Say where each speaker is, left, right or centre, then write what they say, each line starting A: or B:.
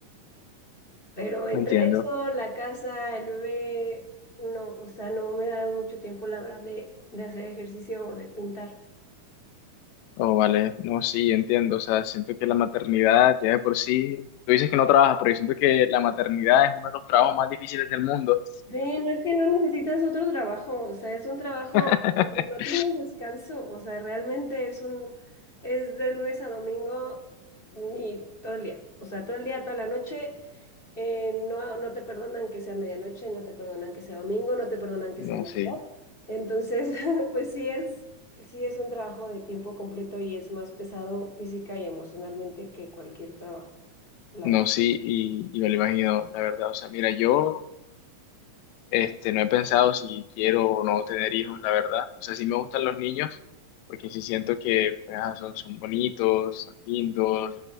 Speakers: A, on the left; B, on the left.
A: <laughs> pero entre
B: no entiendo.
A: eso, la casa, el bebé, no, o sea, no me da mucho tiempo, la verdad, de, de hacer ejercicio o de pintar.
B: Oh, vale, no, sí, entiendo, o sea, siento que la maternidad ya de por sí, tú dices que no trabajas, pero yo siento que la maternidad es uno de los trabajos más difíciles del mundo.
A: Sí, no es que no necesitas otro trabajo, o sea, es un trabajo
B: <laughs>
A: donde no tienes descanso, o sea, realmente es un, es de lunes a domingo y todo el día, o sea, todo el día, toda la noche, eh, no, no te perdonan que sea medianoche, no te perdonan que sea domingo, no te perdonan que sea
B: No,
A: Navidad,
B: sí,
A: entonces, <laughs> pues sí es, sí es un trabajo de tiempo completo y es más pesado física y emocionalmente que cualquier trabajo, la
B: no,
A: verdad.
B: sí, y, y me lo imagino, la verdad, o sea, mira, yo Este, no he pensado si quiero o no tener hijos, la verdad. O sea, sí me gustan los niños, porque sí siento que pues, ah, son, son bonitos, son lindos,